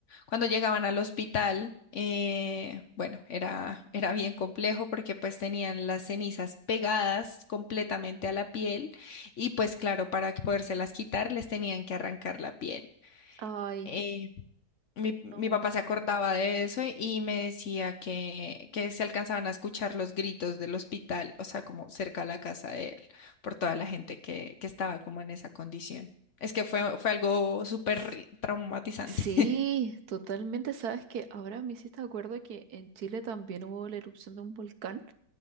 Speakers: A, on the left; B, on the right.
A: cuando llegaban al hospital, eh, bueno, era, era bien complejo porque pues tenían las cenizas pegadas completamente a la piel y pues claro, para poderse las quitar les tenían que arrancar la piel.
B: ay,
A: Eh, mi, mi
B: no.
A: papá se acordaba de eso y me decía que, que se alcanzaban a escuchar los gritos del hospital, o sea, como cerca a la casa de él, por toda la gente que, que estaba como en esa condición. Es que fue, fue algo súper
B: S-
A: traumatizante.
B: Sí,
A: <laughs>
B: totalmente. Sabes que ahora me hiciste acuerdo que en Chile también hubo la erupción de un volcán